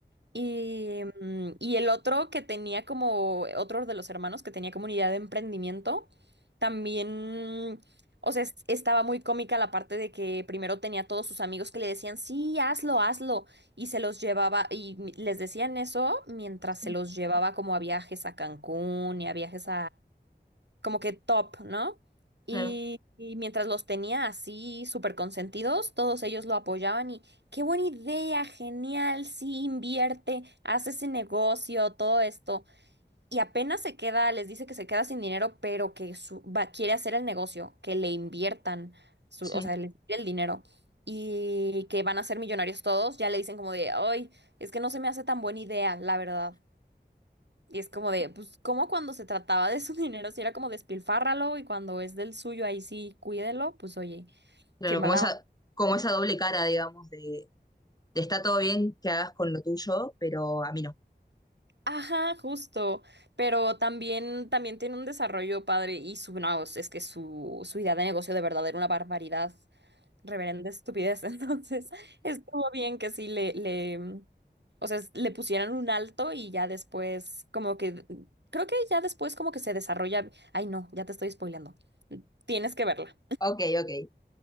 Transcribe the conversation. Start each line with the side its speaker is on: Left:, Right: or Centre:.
Right: Y, mm, y el otro que tenía como, otro de los hermanos que tenía como una idea de emprendimiento, también, o sea, es- estaba muy cómica la parte de que primero tenía todos sus amigos que le decían, sí, hazlo, hazlo. Y se los llevaba, y mi- les decían eso mientras se
Left: Sí,
Right: los llevaba como a viajes a Cancún y a viajes como que top, ¿no? Y,
Left: claro,
Right: y mientras los tenía así súper consentidos, todos ellos lo apoyaban y qué buena idea, genial, sí, invierte, hace ese negocio, todo esto. Y apenas se queda, les dice que se queda sin dinero, pero que su- va, quiere hacer el negocio, que le inviertan, su-
Left: sí.
Right: o sea, le tire el dinero. Y que van a ser millonarios todos, ya le dicen como de, ay, es que no se me hace tan buena idea, la verdad. Y es como de, pues, como cuando se trataba de su <laughs> dinero, si era como despilfárralo y cuando es del suyo, ahí sí, cuídelo, pues oye,
Left: Claro,
Right: qué mala
Left: como esa,
Right: onda.
Left: como esa doble cara, digamos, de está todo bien que hagas con lo tuyo, pero a mí no.
Right: Ajá, justo. Pero también, también tiene un desarrollo padre y su, no, es que su, su idea de negocio de verdad era una barbaridad, reverenda estupidez. <laughs> Entonces, estuvo bien que sí le, le, mm, o sea, le pusieran un alto y ya después, como que, creo que ya después como que se desarrolla. Ay, no, ya te estoy spoileando. Tienes que verla.
Left: Ok, ok.